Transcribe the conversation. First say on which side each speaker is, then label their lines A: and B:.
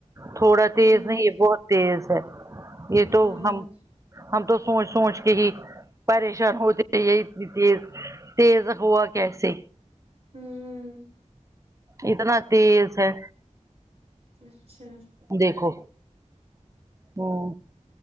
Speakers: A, on the right; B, on the right.
A: تھوڑا
B: ہے۔
A: تیز
B: ہوں
A: نہیں یہ بہت تیز ہے یہ
B: ہوں
A: تو ہم ہم تو سوچ سوچ کے ہی پریشان ہوتے یہ اتنی تیز تیز ہوا کیسے
B: ہوں
A: اتنا تیز ہے
B: اچھا
A: دیکھو ہوں